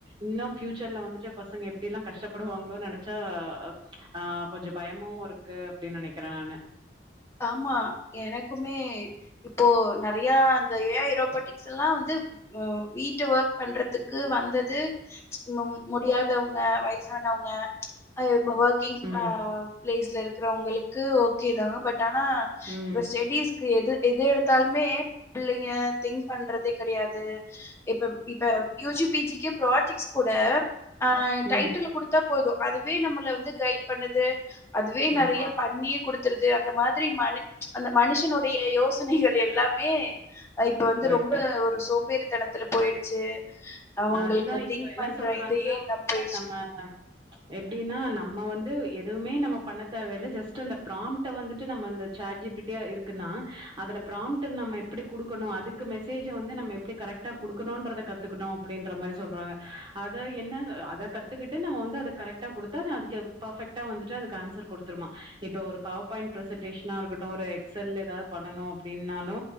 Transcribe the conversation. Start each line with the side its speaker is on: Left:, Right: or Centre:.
Right: இன்னொ ஃபியூச்சர்ல வந்துட்டு பசங்க எப்டி எல்லா கஷ்டப்படுவாங்களோ நெனைச்சா ஆ கொஞ்சொ பயமு இருக்கு க்கு அப்டி நெனக்கிறான்னு
Left: ஆமா எனக்குமே இப்போ நெறையா அந்த ஏஐ ரோபோட்டிக்ஸ்ல்லா வந்து அ வீட்டு ஒர்க் பண்றதுக்கு வந்தது மம் முடியாதவுங்க வயசானவுங்க <unintelligible> ஒர்கிங்
Right: ம்
Left: ஆ பிளேஸ்ல இருக்குறவுங்களுக்கு ஓகே தா பட் ஆனா
Right: ம்
Left: ஸ்டெடிஸ் க்கு எது எது எடுத்தாலுமே பிள்ளெங்கெ திங்க் பண்றதே கெடையாது இப்ப இப்ப யூஜி பிஜிக்கு ப்ராஜெக்ட்ஸ் கூட ஆ
Right: ம்
Left: டைட்டில் குடுத்தா போது அதுவே நம்மள வந்து கைட் பண்ணுது அதுவே நெறையா
Right: ஆமா
Left: பண்ணியு குடுத்துருது அந்த மா திரி மனு அந்த மனுஷனுடைய யோசனைகள் எல்லாமே அ இப்ப வந்து
Right: கரெக்ட்டு.
Left: ரொம்ப ஒரு சோம்பேறி தனத்துல போயிடுச்சு அவங்களுக்கு
Right: அதுதா இப்ப
Left: திங்க்
Right: என்ன
Left: பண்ற
Right: சொல்றாங்கன்னா
Left: இதையே இல்லாம
Right: வந்துட்டு
Left: போயிடுச்சு
Right: நம்ம எப்டின்னா நம்ம வந்து எதுவுமே நம்ம பண்ண தேவெல்ல ஜஸ்ட் அந்த ப்ரா ம்ட்ட வந்துட்டு நம்ம அந்த சேட் ஜிபிட்டியா இருக்குனா அதுல பிராம்ட்ட நம்ம எப்புடி குடுக்கனு அதுக் க்கு மெசேஜ வந்து நம்ம எப்டி கரெக்டா குடுக்கணுன்றத கத்துக்குணோ அப்டின்ற மாரி சொல்றாங்க அத என்ன அத க த்துக்கிட்டு நம்ம வந்து அது கரெக்டா குடுத்தாதா அதுக்கு பர்ஃபெக்ட்டா வந்துட்டு அதுக்கு ஆன்சர் கொடுத்துருமா இப்ப ஒரு பவர் பாயிண்ட் ப்ரெசன்டேஷனா இருக்கட்டு ஒரு எக்ஸ் எல் ஏதாத் பண்ணனு அப்டின்னாலு